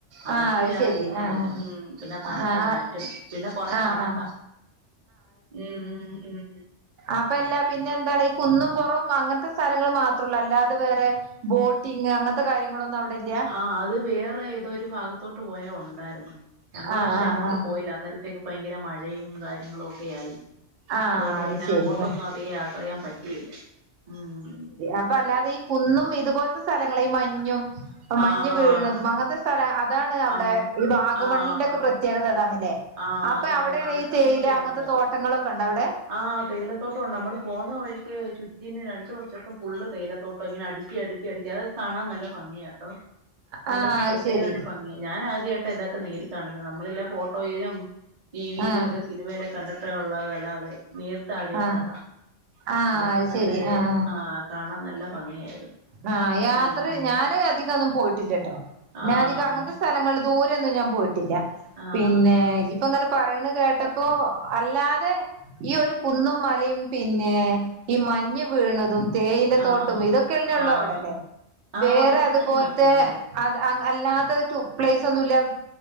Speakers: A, on the right; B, on the right.
A: അതൊക്കെയാ
B: ആഹ് അത് ശരി
A: കൂടുതൽ
B: ആഹ്
A: മ് പിന്ന തണുത്ത
B: ആഹ് ആഹ്
A: കാറ്റും പിന്ന കൊറേ
B: ആഹ്
A: നടക്കാ മ് മ് മ് മ്
B: അപ്പെല്ല പിന്നെന്താണ് ഈ കുന്നും പുറവും അങ്ങൻത്തെ സ്ഥലങ്ങള് മാത്രോള്ളു അല്ലാതെ വേറെ ബോട്ട് ട്ടിങ് അങ്ങനത്തെ കാര്യങ്ങളൊന്നും അവിടെല്ല്യാ
A: ആഹ് അത് വേറെ ഏതോ ഒരു ഫാഗത്തോട്ട് പോയാ ഒണ്ടായിരുന്നു ഞങ്ങള്
B: ആഹ്
A: പക്ഷെ
B: ആഹ്
A: അങ്ങോട്ട്
B: ആഹ്
A: പോയില്ല അന്നേരത്തെ ത്തേക്ക് ഭയങ്കര മഴയും കാര്യങ്ങളും ഒക്കെ ആയി
B: ആഹ്
A: അതുകൊണ്ട്
B: അത്
A: പിന്ന
B: ശരി
A: അങ്ങോട്ടൊന്നും അധിക യാത്രെയ്യാൻ പറ്റിയില്ല ഉം
B: അപ്പ അല്ലാതെ ഈ കുന്നും ഇതുപോലത്തെ സ്ഥലങ്ങളെ ഈ മഞ്ഞും മഞ്ഞ്
A: ആഹ്
B: വീണതും
A: ആഹ്
B: അങ്ങനത്തെ സ് സ്ഥലാ അതാണ് അവിടെ
A: അങ്
B: ഈ വാഗമണ്ണിന്റെ
A: ആഹ്
B: ഒക്കെ പ്രത്യേകത അതാണല്ലേ
A: ആഹ്
B: അപ്പൊ
A: അതാണ്
B: അവിടേണ്
A: തണുക്കാൻ
B: ഈ തേയില
A: വേണ്ടി അങ്ങോട്ട്
B: അങ്ങൻത്തെ
A: പോന്നേ
B: തോട്ടങ്ങളൊക്കെണ്ട് അവിടെ
A: ആഹ് തേയിലത്തോട്ടം ഒണ്ട് നമ്മള് പോകുന്ന വഴിക്ക് ചുറ്റിന് രണ്ടു വശത്തും ഫുള്ള് തേയിലത്തോട്ട് <unintelligible> ഇങ്ങനെ അടുക്കി അടുക്കി അടുക്കി അതൊക്കെ കാണാൻ നല്ല ഭംഗിയാട്ടോ നല്ല
B: ആഹ് അത്
A: പ്രത്യേക
B: ശരി
A: ഒരു ഭംഗി ഞാൻ ആദ്യായിട്ടാ ഇതൊക്കെ നേരി കാണുന്നത് നമ്മളെല്ലാ ഫോട്ടോയിലും ടിവിയിലുക്കെ
B: ആഹ്
A: സിനുമേല് കണ്ടെത്ത ഉള്ളതല്ലാതെ നേർ ആദ്യായിട്ടാ
B: ആഹ്
A: കാണുന്നത്
B: ആഹ്
A: അതൊക്കെ
B: അത്
A: നല്ലൊരു
B: ശരി ആഹ്
A: ആ കാണാൻ നല്ല ഭംഗിയായിരുന്നു
B: ആഹ് യാത്ര
A: ഉം ഉം
B: ഞാന് അധികൊന്നും പോയിട്ടില്ല്യട്ടോ
A: ആഹ്
B: ഞാ അധികം അങ്ങനത്തെ സ്ഥലങ്ങള് ദൂര <unintelligible> ന്നും ഞാൻ പോയിട്ടില്ല
A: ആഹ്
B: പിന്നെ ഇപ്പങ്ങനെ പറയണ കേട്ടപ്പോ അല്ലാതെ ഈ ഒരു കുന്നും മലയും പിന്നെ ഈ മഞ്ഞ് വീണതും തേയില
A: ആഹ്
B: തോട്ട് ട്ടും ഇതൊക്കെഴിഞ്ഞേള്ളൂ
A: ആഹ്
B: അവിടെല്ലേ
A: ആഹ്
B: വേറെ
A: അതൊക്കെ
B: അതുപോൽത്തെ
A: തന്നെ കൂടുതലും
B: അത് അങ് അല്ലാത്തെ ടു പ്ലേസ് ഒന്നുല്ല അവ്